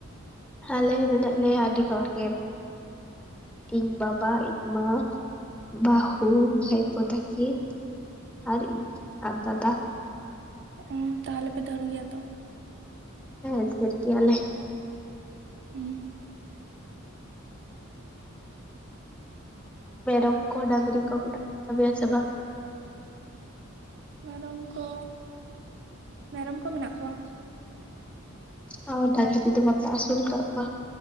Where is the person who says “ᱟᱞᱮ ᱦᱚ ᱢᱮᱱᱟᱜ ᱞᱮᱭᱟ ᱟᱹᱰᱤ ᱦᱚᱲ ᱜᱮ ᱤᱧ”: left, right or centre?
Centre